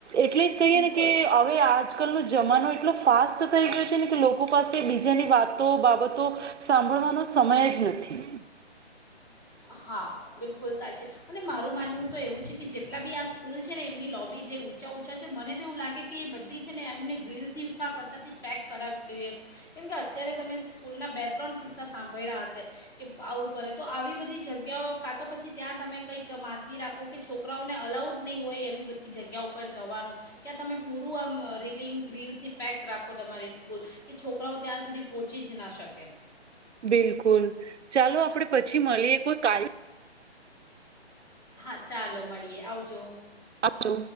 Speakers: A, on the right; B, on the left.
A: એટલે જ કહીએ
B: બિલકુલ
A: ને કે હવે આજકાલનો જમાનો એટલો ફાસ્ટ થઈ ગયો છે ને કે લોકો પાસે બીજાની વાતો બાબતો, સાંભળવાનો સમય જ નથી.
B: હા બિલકુલ સાચી. અને મારું માનવું તો એવું છે કે જેટલા બી આ સ્કૂલ છે ને એમની લોબી જે ઊંચા છા છે મને તો એવું લાગે એ બધી છે ને એમને ગ્રીલ થી ક કસથી પેક કરાવ <inaudible> કેમ કે અત્યારે તમે સ્કૂલના બે ત્રણ કિસ્સા સાંભળ્યા હશે. કે આવું કરે તો આવી બધી જગ્યાઓ કા તો પછી ત્યાં તમે કઈક માસી રાખો કે છોકરાઓને અલાઉ જ નહીં હોય એવી બધા જગ્યા ઉપર જવાનું, ક્યા તમે પૂરું આમ રિલિંગ ગ્રીલ થી પેક રાખો તમારી સ્કૂલ કે છોકરાઓ ત્યાં સુધી પહોંચી જ ના શકે.
A: બિલકુલ, ચાલો આપડે પછી મળીએ કોઈ ક-
B: હા ચાલો મળીએ આવજો.
A: આવજો.